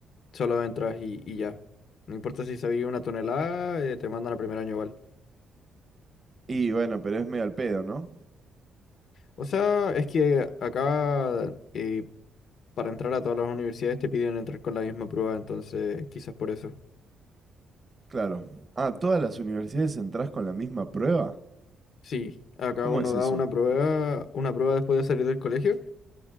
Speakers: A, on the left; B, on the right.
A: solo entras y, y ya. No importa si sabías una tonelada, eh, te mandan al primer año igual.
B: Y bueno, pero es medio al pedo, ¿no?
A: O sea, es que acá eh, para entrar a todas las universidades te piden entrar con la misma prueba, entonces quizás por eso.
B: Claro. Ah, ¿todas las universidades entras con la misma prueba?
A: Sí, acá
B: ¿Cómo
A: uno
B: es eso?
A: da una prueba, una prueba después de salir del colegio.